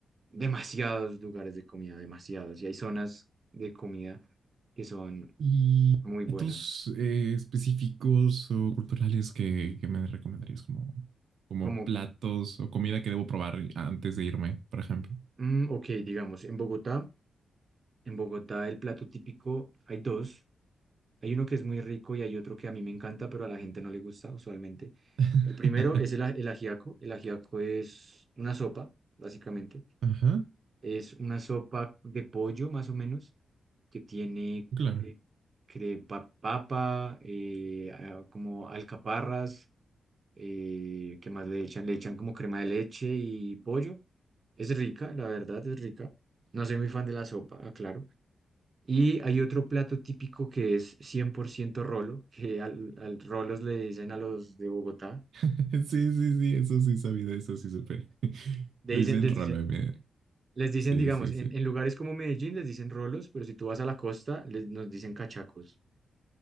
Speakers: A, on the right; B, on the right.
A: demasiados lugares de comida, demasiados. Y hay zonas de comida que son
B: ¿Y
A: muy buenas.
B: platos eh, específicos o culturales que, que me recomendarías como, como
A: Como,
B: platos o comida que debo probar antes de irme, por ejemplo?
A: mm, ok, digamos, en Bogotá, en Bogotá el plato típico hay dos. Hay uno que es muy rico y hay otro que a mí me encanta, pero a la gente no le gusta usualmente.
B: <laughs>
A: El primero es el, a- el ajiaco. El ajiaco es una sopa, básicamente.
B: Ajá,
A: Es una sopa de pollo, más o menos que tiene
B: claro.
A: eh, cre- pa- papa, eh, ah, como alcaparras, eh, ¿qué más le echan? Le echan como crema de leche y pollo. Es rica, la verdad, es rica. No soy muy fan de la sopa, aclaro. Y hay otro plato típico que es 100% rolo, que al, al rolos le dicen a los de Bogotá,
B: <laughs> Sí, sí, sí, eso sí sabía, eso sí supe. <laughs>
A: le
B: Le
A: dicen,
B: dicen
A: les
B: rolo,
A: dicen,
B: me-
A: les dicen,
B: Sí,
A: digamos,
B: sí,
A: en,
B: sí.
A: en lugares como Medellín les dicen rolos, pero si tú vas a la costa, les, nos dicen cachacos.